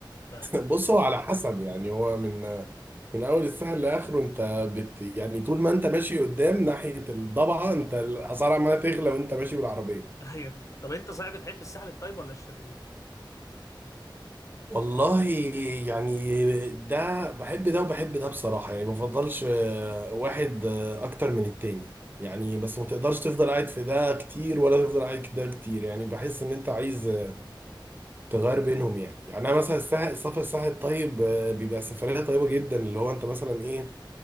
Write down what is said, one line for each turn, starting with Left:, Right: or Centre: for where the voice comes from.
Left: ف...
Right: بص هو على حسب يعني هو من من اول السهل لاخره انت بت يعني طول ما انت ماشي قدام ناحيه الضبعه انت الاسعار عماله تغلى وانت ماشي بالعربيه
Left: <laughs> ايوه طب انت صحيح بتحب الساحل الطيب ولا الشرير؟
Right: والله يعني ده بحب ده وبحب ده بصراحه يعني ما بفضلش آه، واحد آه، اكتر من التاني يعني بس ما تقدرش تفضل قاعد في ده كتير ولا تفضل قاعد في ده كتير يعني بحس ان انت عايز تغير بينهم يعني يعني انا مثلا الساحل السفر الساحل الطيب آه، بيبقى سفريه طيبه جدا اللي هو انت مثلا ايه